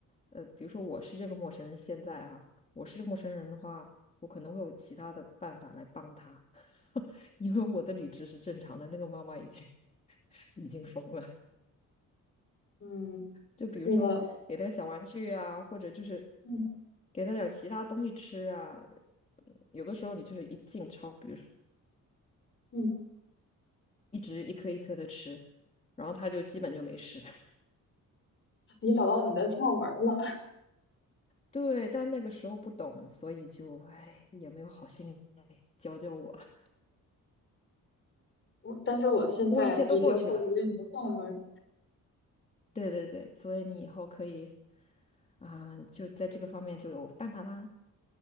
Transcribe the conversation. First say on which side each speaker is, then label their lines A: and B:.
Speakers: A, on the left; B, on the left.
A: 呃，比如说我是这个陌生人，现在啊，我是这个陌生人的话，我可能会有其他的办法来帮他，<laughs> 因为我的理智是正常的，那个妈妈已经 <laughs> 已经疯了。
B: 嗯，
A: 就比如说给他小玩具啊，
B: 是的，
A: 或者就是
B: 嗯
A: 给他点儿其他东西吃啊。嗯有的时候你就是一进超。比如说。
B: 嗯，
A: 一直一颗一颗的吃，然后他就基本就没事。<laughs>
B: 你找到你的窍门儿了。<laughs>
A: 对，但那个时候不懂，所以就哎也没有好心来教教我。<laughs>
B: 我，但是我现在已经获得了你的窍门儿
A: 不过一切都过去了。对对对，所以你以后可以啊、就在这个方面就有办法啦。